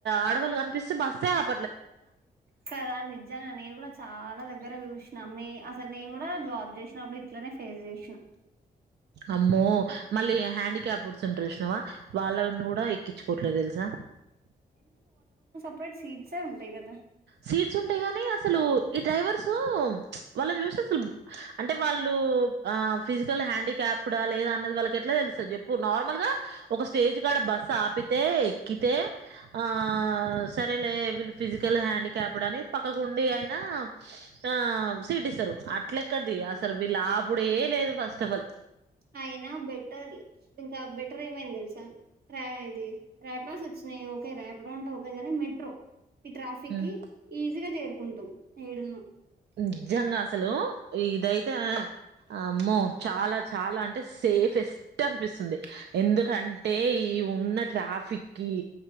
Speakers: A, on the right; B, on the right.
A: ఆడవాళ్ళు కనిపిస్తే బస్స్తే ఆప
B: కదా నిజంగా నేను కూడా చాలా దగ్గర చూసినమ్మే సార్ నేను కూడా జాబ్ చేసినప్పుడు ఇట్లనే ఫేస్ చేసినా
A: అమ్మో మళ్ళీ హ్యాండిక్యాప్స్ ఉంటారుసినవా వాళ్ళని కూడా ఎక్కించుకోవట్లేదు తెలుసా
B: అప్పటి సీట్సే ఉంటాయి కదా
A: సీట్స్ ఉంటాయి గానీ అసలు ఈ డ్రైవర్స్ వాళ్ళని చూస్త అసలు అంటే వాళ్ళు ఫిజికల్ హ్యాండిక్యాప్డా లేదా అన్నది వాళ్ళకి ఎట్లా తెలుస్తుంది చెప్పు నార్మల్ గా ఒక స్టేజ్ కాడ బస్సు ఆపితే ఎకితే ఆ సరేలే బ ఫిజికల్ హ్యాండిక్యాప్ అని పక్కకుండి అయిన ఆ సీట్ ఇస్తారు అట్ల ఎక్కడది అసలు విళ్లు అప్పుడే లేదు ఫస్ట్ ఆఫ్ ఆల్
B: అయినా బెటర్ ఇంకా బెటర్ ఏమైంది తెలుసా ర ఇది రాపిడోస్ వచ్చినాయి ఓకే రాపిడో అంటే ఓకె కానీ మెట్రో ఈ ట్రాఫిక్
A: హ్మ్.
B: కి ఈజీగా చేరుకుంటాం ఎటర్ ఎడున్న
A: నిజంగా అసలు ఇదైతే ఆ అమ్మో చాలా చాలా అంటే సేఫెస్ట్ అనిపిస్తుంది ఎందుకంటే ఈ ఉన్న ట్రాఫిక్కిి